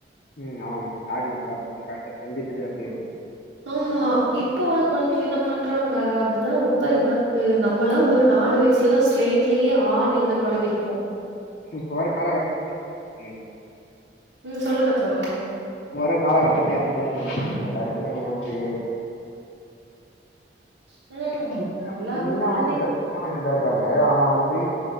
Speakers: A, on the left; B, on the right.
A: ம் ஆமா ஆமா சாக்லேட் சாப்ட்டு அழுதுட்டு அப்டி இருக்கும்.
B: ஆமா இப்ப உள்ள கொழந்தைக்கு என்ன பண்றாங்க அப்டினா ரொம்ப இதா இருக்கு நம்மலா ஒரு நாலு வயசுலதா ஸ்லேட்லேயே ஆ னு எழுத பழகியிருப்போ
A: இப்ப வர காலகட்டோ அப்டிங்க ம்.
B: ம் சொல்லுங்க தோழா
A: இப்ப வர காலகட்டமே அப்டிதா என்னமோ எல்லாருக்குமே வந்து
B: ம்.
A: <unintelligible>
B: எல்லா
A: சின்ன
B: குழந்தைங்க
A: வயசுலதா இருக்காங்க ஆனா வந்து